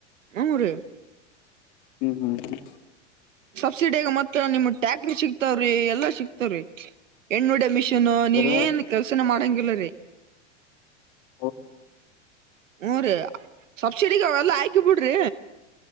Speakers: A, on the right; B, on the left.
A: ಹ್ಮ ರೀ
B: ಹ್ಮ್ ಹ್ಮ್ ಹ್ಮ
A: ಸ ಸಿಡಿಗ ಮತ್ತೆ ನಿಮ್ ಟ್ಯಾಕ್ ಸಿಕ್ತಾವ್ರೀ ಎಲ್ಲಾ ಸಿಕ್ತವ ಹೆಣ್ಣುಡೆನಿಸ್
B: ಸರ
A: ನೀವ ಏನ್ ಕೆಲ್ಸನ ಮಾಡಂಗಿಲ್ಲಾ ಇಲ್ರಿ
B: ಹ
A: ಊರಿ ಸಬ್ಸಿಡಗ ಅವೆಲ್ಲಾ ಹಾಕಿವ ಬಿಡ್ರಿ